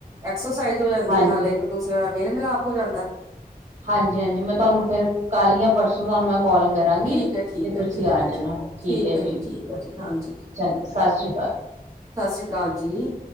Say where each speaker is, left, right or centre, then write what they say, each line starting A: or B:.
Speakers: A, on the right; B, on the right.
A: ਐਕਸਰਸਾਈਜ ਹੋ ਜਾਂਦੀ
B: ਹਾਂਜੀ
A: ਹੈ ਨਾਲ ਇੱਕ ਦੂਸਰੇ ਨਾਲ ਮੇਲ ਮਿਲਾਪ ਹੋ ਜਾਂਦਾ।
B: ਹਾਂਜੀ-ਹਾਂਜੀ ਮੈਂ ਤੁਹਾਨੂੰ ਫੇਰ ਕੱਲ ਜਾ ਪਰਸੋਂ ਤੁਹਾਨੂੰ ਮੈਂ ਕਾਲ ਕਰਾਂਗੀ
A: ਠੀਕ
B: ਤੇ
A: ਹੈ ਠੀਕ
B: ਤੁਸੀਂ
A: ਹੈ ਠੀਕ
B: ਆ
A: ਹੈ
B: ਜਾਣਾ
A: ਠੀਕ
B: ਠੀਕ ਹੈ ਜੀ
A: ਠੀਕ ਹੈ ਜੀ ਹਾਂਜੀ
B: ਸਤਿ ਸ੍ਰੀ ਅਕਾਲ ਹ
A: ਸਤਿ ਸ੍ਰੀ ਅਕਾਲ ਜੀ,